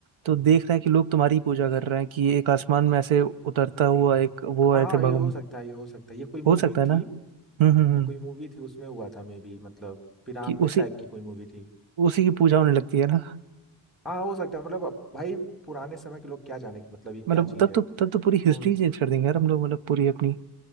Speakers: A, on the right; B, in the centre.
A: तो देख रहे हैं कि लोग तुम्हारी ही पूजा कर रहे हैं कि एक आसमान में ऐसे उतरता हुआ एक वो
B: हाँ
A: आए
B: हाँ,
A: थे भगवान
B: ये हो सकता है ये हो सकता है ये कोई
A: हो
B: मूवी
A: सकता है ना
B: थी
A: हम्म हम्म
B: ये
A: हम्म
B: कोई मूवी थी उसमें हुआ था मे बी मतलब पिरामिड
A: कि उसी
B: टाइप की कोई मूवी थी
A: उसी की पूजा होने लगती है ना
B: हाँ हो सकता है मतलब अब भाई पुराने समय के लोग क्या जाने कि मतलब ये
A: मतलब
B: क्या चीज
A: तब
B: है
A: तो तब तो पूरी
B: तुम
A: हिस्ट्री चेंज कर देंगे यार हम लोग मतलब पूरी अपनी